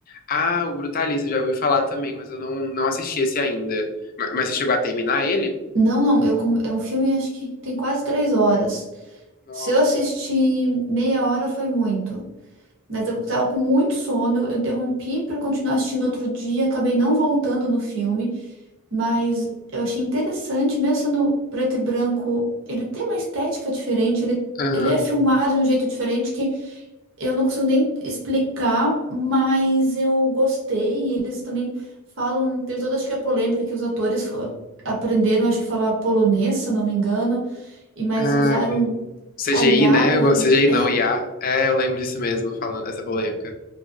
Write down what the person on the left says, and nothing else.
Ah, o Brutalista, já ouvi falar também, mas eu não, não assisti esse ainda. Ma- Mas você chegou a terminar ele?
Nossa.
Aham.
Ai,
vi. CGI,
né?
Agora-
CGI não, IA. É, eu lembro disso mesmo, falando essa polêmica.